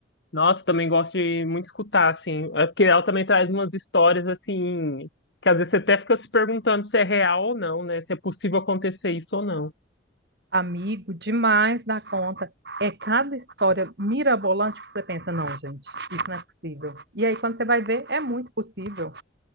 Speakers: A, on the left; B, on the right.
A: Nossa, também gosto de muito escutar, assim. É porque ela também traz umas histórias, assim, que às vezes você até fica se perguntando se é real ou não, né? Se é possível acontecer isso ou não.
B: Amigo, demais da conta. É cada história mirabolante que você pensa, não, gente, isso não é possível. E aí, quando você vai ver, é muito possível.